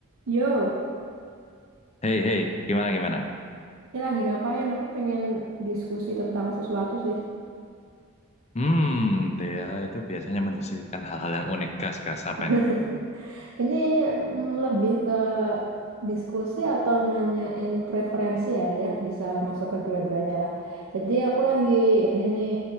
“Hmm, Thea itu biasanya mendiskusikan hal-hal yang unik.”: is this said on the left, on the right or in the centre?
Left